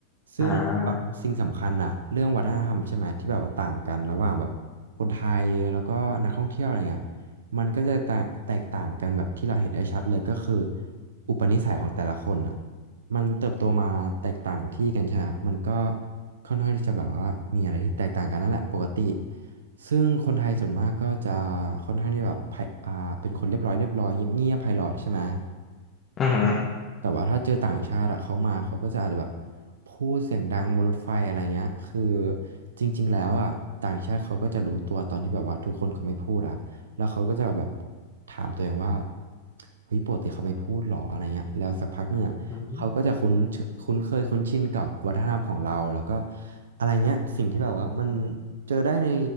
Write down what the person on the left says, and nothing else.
อ่า
อือหือ
อือหือ